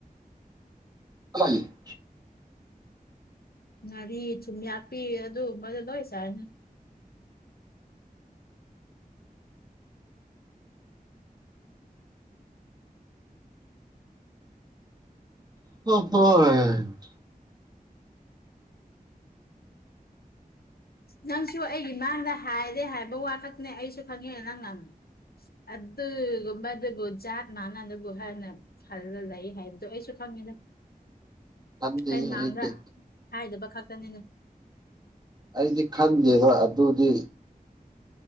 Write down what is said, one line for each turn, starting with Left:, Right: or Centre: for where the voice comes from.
Right: <unintelligible>
Left: ꯉꯥꯔꯤ ꯊꯨꯝꯌꯥꯛꯄꯤ ꯑꯗꯨꯒꯨꯝꯕꯗꯣ ꯂꯣꯏ ꯆꯥꯏꯅ
Right: <unintelligible>
Left: ꯅꯪꯁꯨ ꯑꯩꯒꯤ ꯃꯥꯡꯗ ꯍꯥꯏꯔꯦ ꯍꯥꯏꯕ ꯋꯥꯈꯛꯇꯅꯦ ꯑꯩꯁꯨ ꯈꯪꯉꯦ ꯅꯪ ꯅꯪ ꯑꯗꯨꯒꯨꯝꯕꯗꯨꯕꯨ ꯖꯥꯠ ꯃꯥꯅꯗꯕꯨ ꯍꯥꯏꯅ ꯈꯜꯂ ꯂꯩ ꯍꯥꯏꯕꯗꯣ ꯑꯩꯁꯨ ꯈꯪꯉꯤꯗ
Right: ꯈꯟꯗꯦꯍꯦ
Left: ꯑꯩ ꯃꯥꯡꯗ
Right: ꯑꯩꯗꯤ
Left: ꯍꯥꯏꯗꯕ ꯈꯛꯇꯅꯤꯅꯦ
Right: ꯑꯩꯗꯤ ꯈꯟꯗꯦꯕ ꯑꯗꯨꯗꯤ